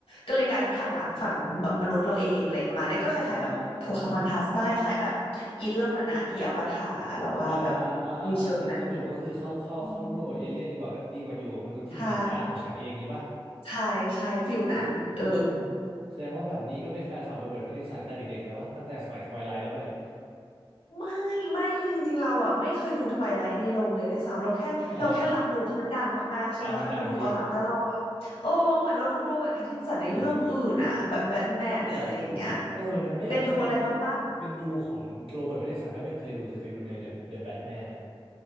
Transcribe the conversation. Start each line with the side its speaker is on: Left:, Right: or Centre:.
Left: ก็เลยกลายเป็นหักหลังฝั่งแบบมนุษย์เราเองเลยประมาณเนี้ยก็คล้ายๆแบบโพคาฮอนทัสบ้างคล้ายๆแบบอีเรื่องนั้นอะอีอวตารเราว่าแบบ
Right: เอ่ออ่าอ่าอ่าอ่าอ่าใช่ตอนจบก็คือเข้าเข้าเข้าร่วมกับเอเลี่ยนดีกว่าก็ดีกว่าอยู่กับมนุษย์ที่ไม่เห็นค่าของฉันเองงี้ปะ
Left: ในเชิงนั้นอืมใช่ใช่ใช่ฟิลนั้นเออ
Right: ว้าวแสดงว่าแบบนี้ก็เป็นแฟนคลับโรเบิร์ตแพตตินสันแต่เด็กๆแล้วว่าตั้งแต่สมัยทไวไลท์แล้วปะเนี่ย
Left: ไม่ไม่คือจริงๆเราอ่ะไม่เคยดูทไวไลท์ในโรงเลยด้วยซ้ำเราแค่เราแค่รับรู้เพราะมันดังมากๆใช่เราค่อยมาดูตอนหลังแต่เราอ่ะโอ้เหมือนเราดูโรเบิร์ตแพตตินสันในเรื่องอื่นอ่ะแบบแบทแมนหรืออะไรอย่างเงี้ย
Right: <laughs> อ้าวอ่ามันดังจริงอืมเข้าใจเออนะไม่อยากเชื่อนะว่าจะ
Left: เป็นดูอะไรบ้างปะ
Right: เป็นดูของโรเบิร์ตแพตตินสันถ้าเป็นเคยดูจะเคยดูใน The The Batman อะ